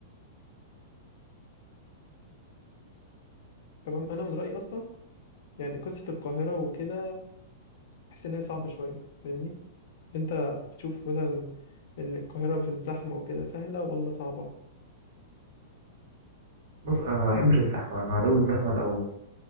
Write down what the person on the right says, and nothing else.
بص انا ما بحبش الزحمة انا عدو الزحمة الاول